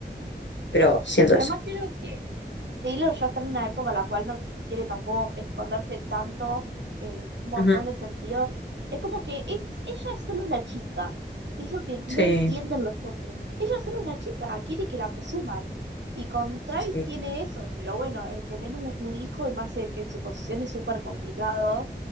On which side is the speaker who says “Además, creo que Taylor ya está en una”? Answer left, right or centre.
Right